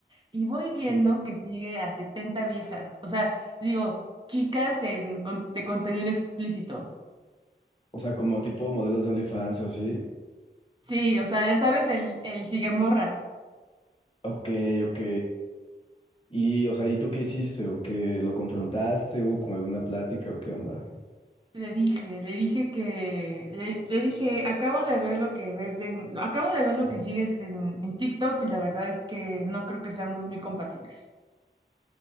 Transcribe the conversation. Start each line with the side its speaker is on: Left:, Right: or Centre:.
Right: Y voy viendo
Left: sí.
Right: que sigue a 70 viejas. O sea, digo, chicas en, con- de contenido explícito.
Left: O sea, como tipo modelos de OnlyFans o así.
Right: Sí, o sea, ya sabes, el, el sigue morras.
Left: Ok, ok. Y, o sea, ¿y tú qué hiciste? ¿O qué lo confrontaste? ¿Hubo como alguna plática o qué onda?
Right: Le dije, le dije que, le, le dije, acabo de ver lo que ves en, lo- acabo de ver lo que sigues en, en TikTok y la verdad es que no creo que seamos muy compatibles.